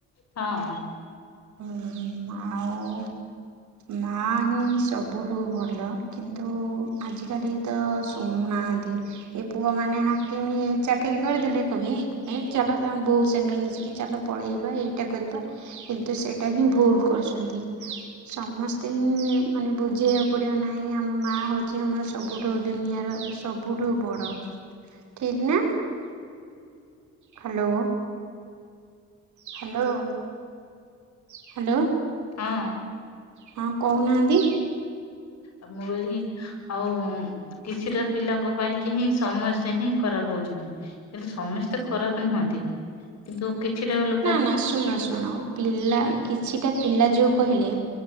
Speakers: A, on the left; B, on the right.
A: ହଁ।
B: ହୁଁ ଆଉ। ମା ହିଁ ସବୁଠୁ ଭଲ କିନ୍ତୁ ଆଜିକା ତ ଶୁଣୁନାହାନ୍ତି ଏ ପୁଅମାନୋନେ ହାକମି ଚାକିରିୀ କରିଦେଲେ କବି ଏ ଚାଲ ବୋଉ ସାଙ୍ଗେ ମିଶିକି ଚାଲ ପଳେଇବା ଏଇଟା କରିବା ତ ସେଇଟା ହିଁ ଭୁଲ କରୁଛନ୍ତି ସମସ୍ତେ ହିଁ ମାନେ ବୁଝେଇବାକୁ ପଡିବ ନାହିଁ ଆମ ମା ହଉଛି ଆମର ସବୁଠୁ ଦୁନିଆର ସବୁ ସବୁଠୁ ବଡ଼ ଠିକ୍ ନା ହ୍ୟାଲୋ ହ୍ୟାଲୋ ହ୍ୟାଲୋ
A: ହଁ
B: ହଁ କହୁନାହାନ୍ତି
A: ଆ ମୁଁ କଇଲି ଆଉ କିଛିଟା ପିଲାଙ୍କ ପାଇଁ କି ହିଁ ସମସ୍ତେ ହିଁ ଖରାପ ହଉଛନ୍ତି କିନ୍ତୁ ସମସ୍ତେ ଖରାପ ନୁହନ୍ତି କିନ୍ତୁ କିଛିଟା ଲୋ
B: ନା ନା ଶୁଣ ଶୁଣ ପିଲା କିଛିଟା ପିଲା ଯୋଉ କହିଲେ